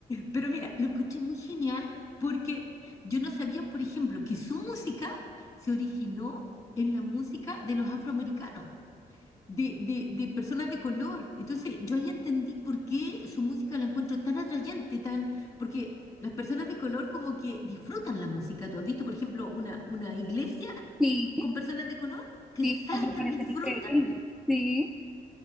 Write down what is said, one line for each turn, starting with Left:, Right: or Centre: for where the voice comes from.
Left: Pero mira, lo encontré muy genial porque yo no sabía, por ejemplo, que su música se originó en la música de los afroamericanos de, de, de personas de color. Entonces, yo ahí entendí por qué su música la encuentro tan atrayente, tan, porque las personas de color como que disfrutan la música. ¿Tú has visto, por ejemplo, una, una iglesia
Centre: Sí,
Left: con personas de color? que
Centre: sí,
Left: saltan,
Centre: no me parecen
Left: disfrutan,
Centre: increíbles. Sí,